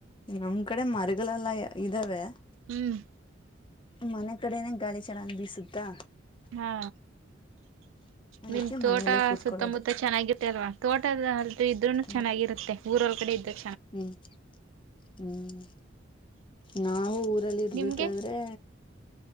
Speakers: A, on the left (about 25°); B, on the right (about 85°).
A: ನಮ್ ಕಡೆ ಮರ ಗಳೆಲ್ಲ ಇದ್ದಾವೆ <unintelligible>
B: ಹ್ಮ್
A: ಮನೆ ಕಡೆನೆ ಗಾಳಿ ಚೆನ್ನಾಗಿ ಬೀಸುತ್ತಾ
B: ಹಾ
A: ಅದಕ್ಕೆ
B: ನಿಮ್ ತೋಟ
A: ಮನೇಲ್ಲೇ ಕೂತ್ಕೊಳ್ಳೋದು
B: ಸುತ್ತಮುತ್ತ ಚೆನ್ನಾಗಿತ್ತೆಲ್ವಾ ತೋಟದ ಅಲ್ ಇದ್ರುನು
A: ಹ್ಮ್
B: ಚೆನ್ನಾಗಿರುತ್ತೆ ಊರ ಕಡೆ ಇದ್ದೆ <inaudible>
A: ಹ್ಮ್ ಹ್ಮ್ ನಾವವು ಊರಲ್ಲಿ ಇರ್ಬೇಕಾದ್ರೆ.
B: ನಿಮ್ಗೆ